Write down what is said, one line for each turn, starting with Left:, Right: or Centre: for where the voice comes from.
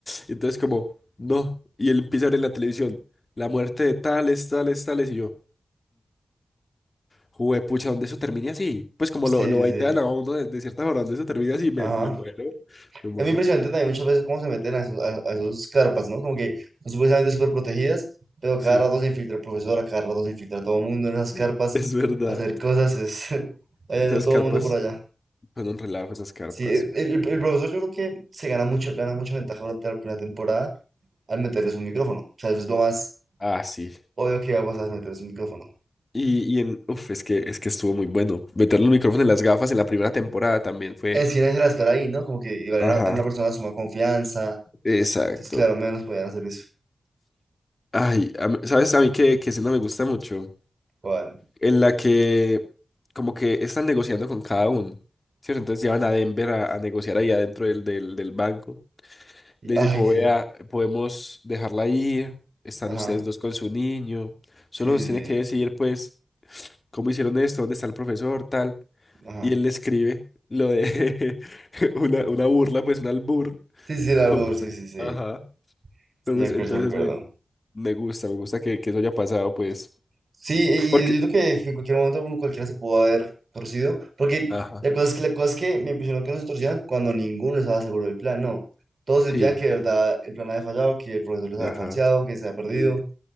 Left: Y entonces como, no, y él empieza a ver en la televisión la muerte de tales, tales, tales y yo. Juepucha, ¿dónde eso termine así? Pues como
Right: sí,
Left: lo, lo
Right: sí,
Left: baitean
Right: sí.
Left: a uno de, de cierta forma, ¿dónde eso termine así? Me,
Right: Ajá.
Left: me muero, me muero.
Right: Es muy impresionante también muchas veces cómo se meten a, esos- a, a esos carpas, ¿no? Como que son supuestamente súper protegidas, pero
Left: Sí,
Right: cada rato se infiltra el profesor, cada rato se infiltra todo el mundo en esas
Left: <laughs>
Right: carpas
Left: es verdad.
Right: a hacer cosas. Es, <laughs> allá
Left: Esas
Right: anda todo
Left: carpas
Right: el mundo por allá.
Left: son un relajo, esas carpas.
Right: Sí, el, el- el profesor yo creo que se gana mucho, gana mucha ventaja durante la primera temporada al meterles un micrófono. O sea, eso es lo más
Left: Ah, sí.
Right: obvio que va a pasar, meterles un micrófono.
Left: Y, y en, uf, es que, es que estuvo muy bueno. Meter los micrófonos en las gafas en la primera temporada también fue.
Right: Es que era estar ahí, ¿no? Como que igual
Left: Ajá,
Right: era, era una persona de suma confianza.
Left: exacto.
Right: Entonces, claro, menos podían hacer eso.
Left: Ay, a mí- ¿sabes a mí que, que sí no me gusta mucho?
Right: Igual.
Left: En la que como que están negociando con cada uno, ¿cierto? Entonces llevan a Denver a, a negociar ahí adentro del, del, del banco.
Right: Y-
Left: Le
Right: ay,
Left: dicen como
Right: sí.
Left: vea, podemos dejarla ir, están
Right: Ajá.
Left: ustedes dos con su niño, solo
Right: Sí,
Left: nos tiene
Right: sí,
Left: que
Right: sí.
Left: decir pues cómo hicieron esto, dónde está el profesor, tal.
Right: Ajá.
Left: Y él le escribe lo de <laughs> una, una burla, pues un albur.
Right: Sí,
Left: <laughs>
Right: sí, sí, el árbol,
Left: todo
Right: sí,
Left: raro.
Right: sí, sí.
Left: Ajá.
Right: Sí,
Left: Entonces,
Right: me acuerdo,
Left: entonces
Right: sí me acuerdo.
Left: es muy, me gusta, me gusta que, que eso haya pasado, pues.
Right: Sí, y
Left: Porque,
Right: yo, yo creo que en cualquier momento uno cualquiera se pudo haber torcido. Porque
Left: ajá,
Right: la cosa es que, la cosa es que me impresionó que no se torcieran cuando ninguno estaba seguro del plan, no. Todos sentían
Left: sí,
Right: que de verdad el plan había fallado, que el profesor les había
Left: ajá,
Right: falseado, que se había perdido.
Left: sí,